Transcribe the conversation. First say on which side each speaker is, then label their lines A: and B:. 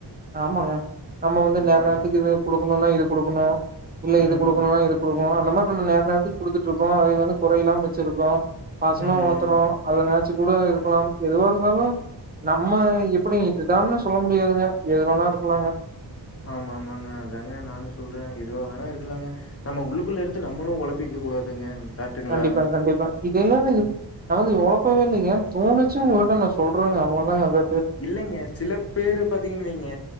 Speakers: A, on the right (about 25°); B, on the left (about 35°).
A: ஆமாங்க நம்ம வந்து
B: ம்
A: நேர நேரத்துக்கு இது கொடுக்கணும்னா இது குடுக்குங்க இல்ல
B: ம்
A: இது குடுக்கணுமா இது குடுக்கணுமா அந்த மாரி நம்ம நர நேரத்து கொடுத்துட்றுக்கோ அது வந்து கொறையில்லாம வெச்சிருக்கோ பாசமா
B: ம்
A: வளத்துரோ
B: ம்
A: அத நென ச்சுக்கூட இருக்கலாம் எதுவா இருந்தாலு நம்ம எப்டி இதுதான்னு சொல்ல முடியாதுங்க எது வேணா இருக்கலாங்க
B: ஆமா ஆமாங்க அதாங்க நானு சொல் ற எதுவா வேணா இருக்கலாங்க நம்ம உள்ளுக்குள்ள எடுத்து நம்மளு ஒழப்பிக்க கூடாதுங்க கரெக்ட்டுங்களா
A: கண்டிப்பா கண்டிப்பா இதெல்லாமே நா வந்து ஒழப்பவே இல்லைங்கே தோணுச்சு உங்கள்ட்ட நா சொல் றங்கே அவ்ளோதாங்க அது
B: இல்லைங்க சில பேரு பாத்தீங்கன்னுவைங்க